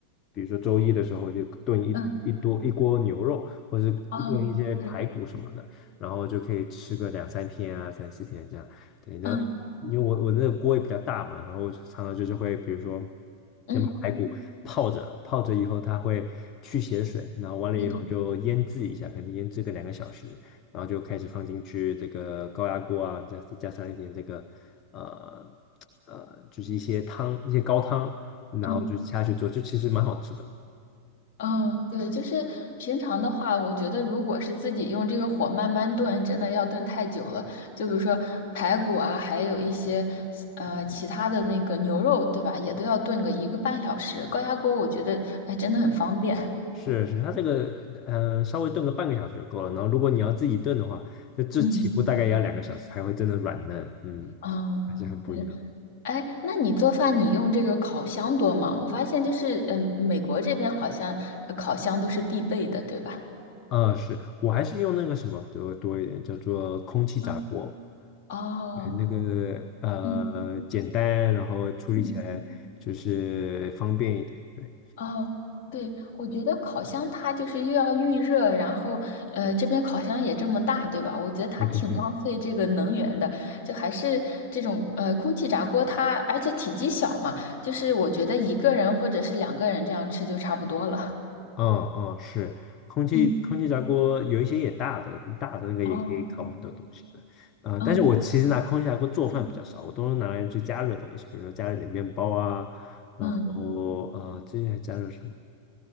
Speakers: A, on the left; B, on the left.
A: 比如说周一的时候就炖一一多一锅牛肉，
B: 嗯，
A: 或者是炖一些排骨什么的，
B: 哦，对，
A: 然后就可以吃个两三天啊，三四天这样。对，然后因为我我那个锅也比较大嘛，
B: 嗯
A: 然后我就常常就是会，比如说
B: 嗯，
A: 先把排骨泡着，泡着以后它会去血水，然后完了以后就腌制一下，
B: 对的。
A: 可能腌制个两个小时。然后就开始放进去这个高压锅啊，再再加上一点这个呃呃，就是一些汤，一些高汤，然后就下去做，
B: 嗯
A: 就其实蛮好吃的。
B: 嗯，对，就是平常的话，我觉得如果是自己用这个火慢慢炖，真的要炖太久了。就比如说排骨啊，还有一些呃其他的那个牛肉，对吧？也都要炖个一个半小时。高压锅我觉得哎真的很方便。
A: 是是，它这个呃稍微炖个半个小时就够了。然后如果你要自己炖的话，
B: <laughs>
A: 这这起步大概也要两个小时才会真的软嫩，
B: 嗯
A: 嗯，
B: 嗯，
A: 还是很不一样。
B: 对。哎，那你做饭你用这个烤箱多吗？我发现就是嗯，美国这边好像呃烤箱都是必备的，对吧？
A: 啊、是我还是用那个什么多多一点，叫做空气炸锅。
B: 嗯，哦，
A: 就是那个呃简单，
B: 嗯
A: 然后处理起来就是方便一点。
B: 嗯。
A: 对，
B: 哦，对，我觉得烤箱它就是又要预热，然后呃，这边烤箱也这么大，对吧？我觉得它挺浪费这个能源的，
A: 对对对，
B: 就还是这种呃空气炸锅它，而且体积小嘛，就是我觉得一个人或者是两个人这样吃就差不多了。
A: 嗯嗯，是空气空气炸锅有一些也大的，
B: <laughs> 嗯，
A: 大的那个也可以烤很多东西的。
B: 哦，
A: 呃，
B: 嗯
A: 但是我其实拿空气炸锅做饭比较少，
B: 嗯
A: 我都是拿来去加热东西，比如说加热点面包啊，然后呃最近还加热什么？
B: 嗯，